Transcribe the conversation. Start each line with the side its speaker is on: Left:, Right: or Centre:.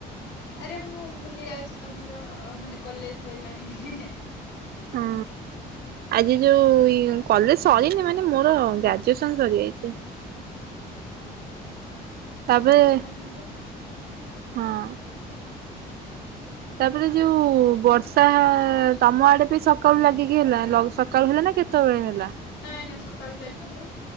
Left: ଆରେ ମୁଁ ଭୁଲି ଯାଉଚି ତମର ମାନେ କଲେଜ ସରିଲାଣି।
Right: ହଁ। ଆଜି ଯୋଉ କଲେଜ ସରିନି ମାନେ ମୋର ଗ୍ରାଜୁଏସନ ସରିଯାଇଚି।
Left: ହୁଁ ଆଜି ଟ୍ୟୁସନ୍
Right: ତାପରେ
Left: ବି ହେଲାନି ମୋର।
Right: ହଁ। ତାପରେ ଯୋଉ ବର୍ଷା ତମ ଆଡେ ବି ସକାଳୁ ଲାଗିକି ହେଲା ସକାଳୁ ହେଲା ନା କେ ତେବେଳେ ହେଲା?
Left: ନାଇଁ ନାଇଁ ସକାଳୁ ଚାଲିଚି ବା।